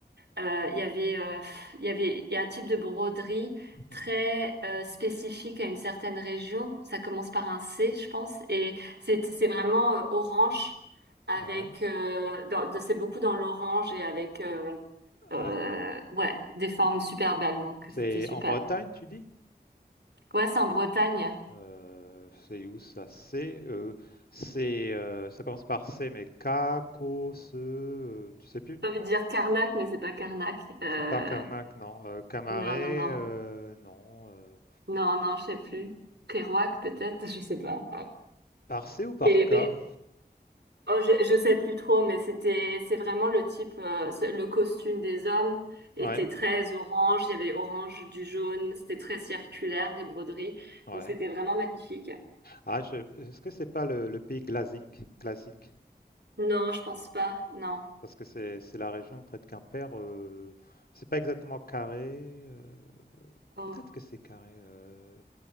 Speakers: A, on the right; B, on the left.
A: euh, il y avait, euh, il y avait, il y a un type de broderie
B: Mhm.
A: très euh, spécifique à une certaine région. Ça commence par un C, je pense, et c'est, c'est vraiment euh, orange avec,
B: Ouais.
A: euh, dans- de- c'est beaucoup dans l'orange et avec, euh, euh,
B: Ah,
A: ouais, des formes super belles. Donc
B: c'est
A: c'était super.
B: en Bretagne, tu dis?
A: Ouais, c'est en Bretagne.
B: Euh, c'est où ça? C'est, euh, c'est, euh, ça commence par C, mais K, Ko, Ce, euh, tu sais plus?
A: J'ai envie de dire Carnac, mais c'est pas Carnac. Euh,
B: C'est par Carnac, non. Euh, Camaret,
A: non, non, non.
B: euh, non. euh.
A: Non, non, je sais plus. Kerouac, peut-être, je sais pas.
B: Par C ou par
A: Et
B: K?
A: ben, oh, je, je sais plus trop, mais c'était, c'est vraiment le type, euh, ce- le costume des hommes était
B: Ouais,
A: très orange. Il y avait orange, du jaune. C'était très circulaire, les broderies.
B: ouais.
A: Donc c'était vraiment magnifique.
B: Ah, je- est-ce que c'est pas le, le pays glasique, classique?
A: Non, je pense pas. Non.
B: Parce que c'est c'est la région près de Quimper. euh, c'est pas exactement carré. euh,
A: Oh,
B: peut-être que c'est carré, euh,